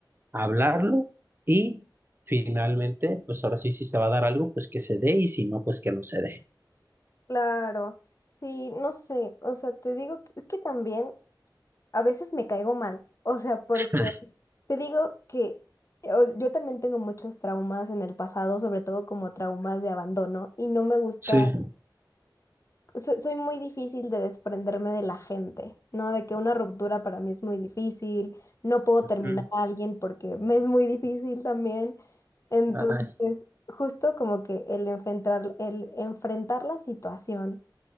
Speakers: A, on the right (about 30°); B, on the left (about 40°).
A: hablarlo y finalmente, pues ahora sí, si se va a dar algo, pues que se dé y si no, pues que no se dé.
B: claro, sí, no sé, o sea, te digo, que- es que también A veces me caigo mal, o sea, porque
A: <laughs>
B: te digo que eh, o- yo también tengo muchos traumas en el pasado, sobre todo como traumas de abandono, y no me gusta,
A: Sí.
B: so- soy muy difícil de desprenderme de la gente, ¿no? De que una ruptura para mí es muy difícil, no puedo terminar
A: Mm.
B: a alguien porque me es muy difícil también. Entonces,
A: Ay,
B: justo como que el enfrentar, el enfrentar la situación